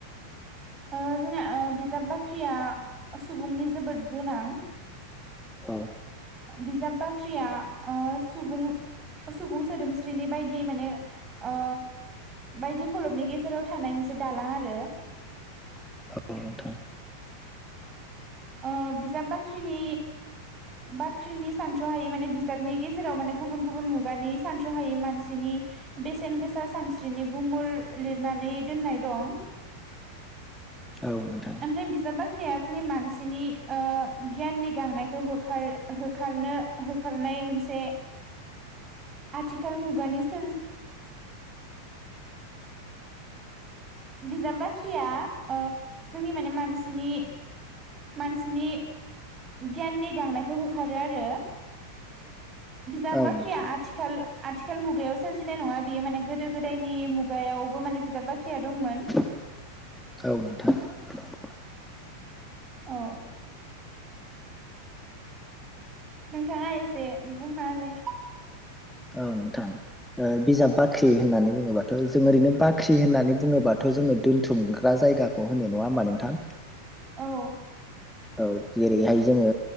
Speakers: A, on the right; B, in the centre.
A: ओ जोंना ओ बिजाब बाख्रिया सुबुंनि जोबोद गोनां।
B: औ।
A: बिजाब बाख्रिया ओ सुबुं सुबुं सोदोमस्रिनि बायदि माने ओ बायदि खलबनि गेजेराव थानाय मोनसे दालां आरो
B: औ नोंथां
A: ओ बिजाब बाख्रिनि बाख्रिनि सानथ्रहायै माने बिजाबनि गेजेराव माने गुबुन गुबुन मुगानि सानथ्रहायि मानसिनि बेसेन गोसा सानस्रिनि गुमुर लिरनानै दोननाय दं।
B: औ नोंथां
A: ओमफ्राय बिजाब जोंनि मानसिनि ओ गियाननि गांनायखौ होखार होखारनो होखारनाय नाय मोनसे आथिखाल मुगानि सोरज बिजाब बाख्रिया ओ जोंनि माने मानसिनि मानसिनि गियाननि गांनायखौ होखारो आरो बिजाब
B: औ
A: बाख्रिया
B: नोंथां
A: आथिखाल आथिखाल मुगायाव सोरजिनाय नङा बियो माने गोदो गोदायनि मुगायावबो माने बिजाब बाख्रिया दंमोन
B: <unintelligible>
A: औ नोंथाङा एसे बुंना होलाय
B: औ नोंथां ओ बिजाब बाख्रि होननानै बुङोबाथ' जों ओरैनो बाख्रि होननानै बुङोबाथ' जोङो दोनथुमग्रा जायगाखौ होनो नङा होमबा नोंथां
A: औ
B: औ जेरैहाय जोङो